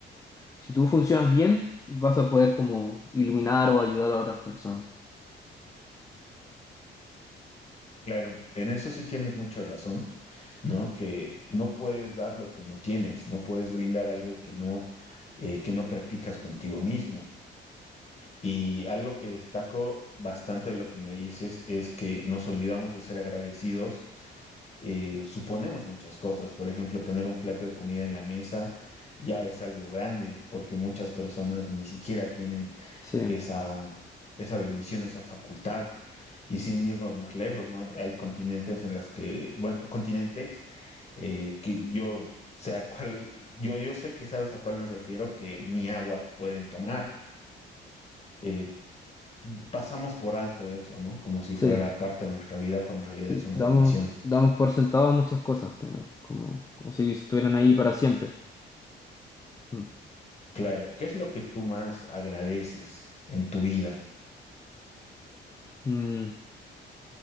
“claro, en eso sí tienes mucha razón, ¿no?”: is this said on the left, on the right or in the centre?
Left